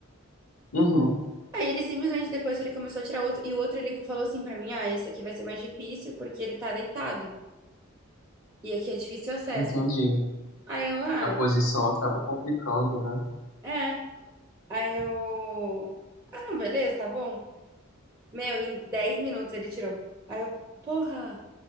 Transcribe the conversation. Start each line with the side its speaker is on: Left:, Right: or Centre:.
Left: uhum,
Right: Aí ele simplesmente, depois que ele começou a tirar outro, e o outro ele falou assim pra mim: Ah, esse aqui vai ser mais difícil porque ele tá deitado e aqui é difícil o acesso.
Left: entendi.
Right: Aí eu, ah,
Left: A posição acaba complicando, né?
Right: é. Aí eu, ah, não, beleza, tá bom. Meu, em 10 minutos ele tirou. Aí eu, porra,